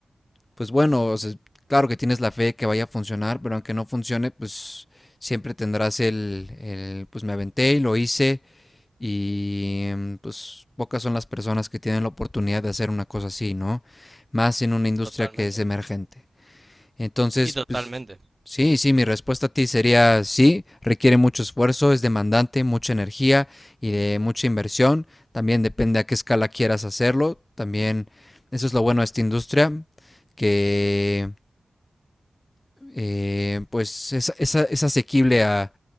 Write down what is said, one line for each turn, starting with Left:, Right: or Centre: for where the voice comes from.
Left: pues bueno, o sea, claro que tienes la fe que vaya a funcionar, pero aunque no funcione, pues siempre tendrás el, el, pues me aventé y lo hice y em, pues pocas son las personas que tienen la oportunidad de hacer una cosa así, ¿no? Más en una industria
Right: Totalmente.
Left: que es emergente. Entonces,
Right: Y totalmente.
Left: pues sí, sí, mi respuesta a ti sería sí, requiere mucho esfuerzo, es demandante, mucha energía y de mucha inversión. También depende a qué escala quieras hacerlo. También eso es lo bueno de esta industria, que eh, pues es, es es asequible a,